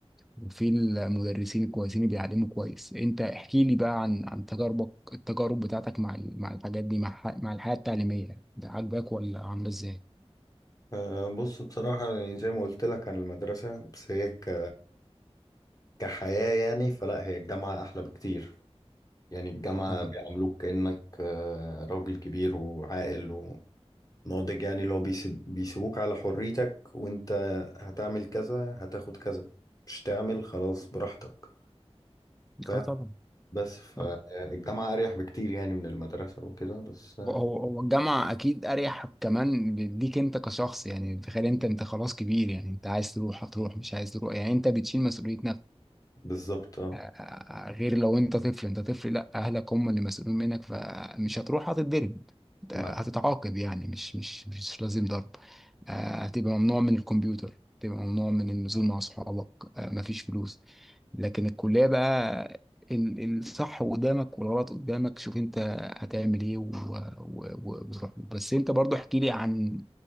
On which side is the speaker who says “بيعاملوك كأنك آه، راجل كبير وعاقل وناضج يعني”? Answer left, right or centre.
Left